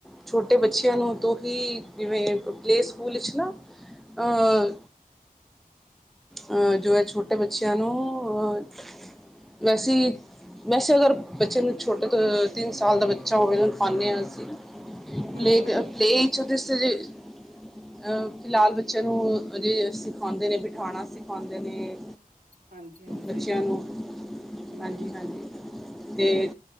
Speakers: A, in the centre; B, on the right.
A: ਛੋਟੇ ਬੱਚਿਆਂ ਨੂੰ ਤੁਹੀ ਜਿਵੇਂ ਪਲੇ ਸਕੂਲ ਵਿੱਚ ਨਾ ਅ
B: ਹਮ
A: ਅਹ ਜਿਵੇਂ ਛੋਟੇ ਬੱਚਿਆਂ ਨੂੰ ਅਹ ਵੈਸੇ ਹੀ ਵੈਸੇ ਅਗਰ ਬੱਚੇ ਨੂੰ ਛੋਟੇ ਤੋਂ ਤਿੰਨ ਸਾਲ ਦਾ ਬੱਚਾ ਹੋਵੇ ਉਹਨੂੰ ਪਾਉਂਦੇ ਹਾਂ ਅਸੀਂ,
B: ਹਮ
A: ਪਲੇ
B: ਹਮ
A: ਤੇ ਪਲੇ ਅੱਛਾ ਤੁਸੀਂ ਹਜੇ ਆ ਫਿਲਹਾਲ ਬੱਚਿਆਂ ਨੂੰ ਅਜੇ ਸਿਖਾਉਂਦੇ ਨੇ, ਖਾਣਾ ਸਿਖਾਉਂਦੇ ਨੇ
B: ਹਾਂਜੀ ਹਾਂਜੀ
A: ਬੱਚਿਆਂ ਨੂੰ
B: ਹਮ
A: ਹਾਂਜੀ ਹਾਂਜੀ! ਤੇ